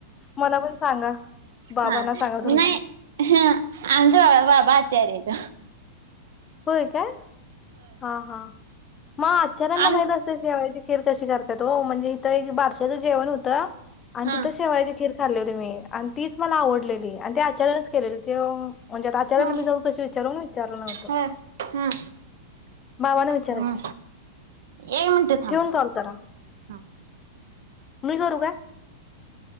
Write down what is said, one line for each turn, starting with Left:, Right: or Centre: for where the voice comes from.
Left: मला पण सांगा बाबांना
Right: हा नाही
Left: सांगा तुमच्या
Right: आमच्या बाबा आचार येत
Left: होय काय हा हा, मग आच्चाऱ्यांना
Right: आंग
Left: माहित असते शेवायची खीर खीर कशी करतात हो. म्हणजे इथं एक बारशाचं जेवण होतं आणि
Right: हा
Left: तिथे शेवयाची खीर खाल्ली होती मी. आणि तीच मला आवडलेली आणि त्यात त्यांनीच केलेली ती ओ. म्हणजे आचार्याला
Right: हा
Left: मी जाऊ कशी विचारू? विचारलं नव्हतं
Right: होय हा
Left: बावाने विचारायचे.
Right: हा एक मिनिट थांबा
Left: ठेवुन कॉल करा.
Right: हा
Left: मी करू काय?